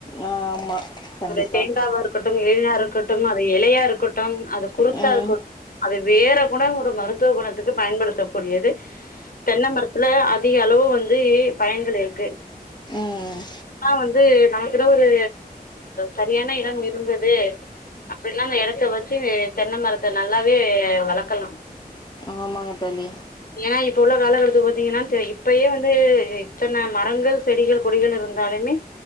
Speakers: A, on the left; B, on the left.
A: ஆ ஆமா கண்டிப்பா
B: அதே தேங்காவா ருக்கட்டும் இளினா ருக்கட்டும் அது இலையா இருக்கட்டும் அது குருத்தா
A: ம்
B: இருக்குட் அது வேரகுட ஒரு மருத்துவ குணத்துக்கு பயன்படுத்தக்கூடியது தென்ன மரத்துல அதிக அளவு வந்துஊ பயன்கள் இருக்கு
A: ம்
B: ஆனா வந்து நமக்குதா ஒரு சரியான இடம் இருந்த து அப்டின்னா அந்த எடத்த வச்சு தென்ன மரத்த நல்லாவே வளக்கலா
A: ஆமாங்க தோழி
B: ஏனா இப்ப உள்ள காலகட்டதுக்கு பாத்தீங்கனா இப்பயே வந்து இத்தன மரங்கள் செடிகள் கொடிகள் இருந்தாலுமே